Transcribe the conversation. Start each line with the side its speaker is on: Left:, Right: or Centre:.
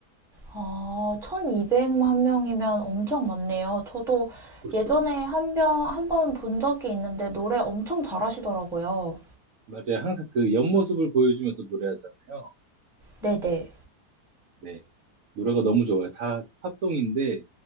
Centre: 아, 1200만 명이면 엄청 많네요. 저도
Right: 그렇죠.
Centre: 예전에 한 번, 한번 본 적이 있는데 노래 엄청 잘하시더라고요.
Right: 맞아요. 항상 그 옆모습을 보여주면서 노래하잖아요.
Centre: 네네.
Right: 네. 노래가 너무 좋아요. 다 팝송인데